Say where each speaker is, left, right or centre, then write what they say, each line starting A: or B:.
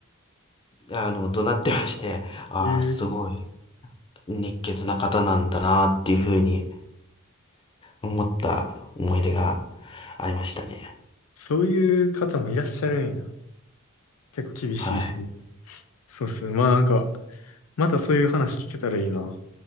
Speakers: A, on the left (about 25°); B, on the left (about 75°).
A: あの、怒鳴ってまして、ああ、
B: えー、
A: すごい熱血な方なんだなっていうふうに思った思い出がありましたね。
B: そういう方もいらっしゃるんや。結構厳しい人。
A: はい。
B: そうっすね。まあなんか、またそういう話聞けたらいいな。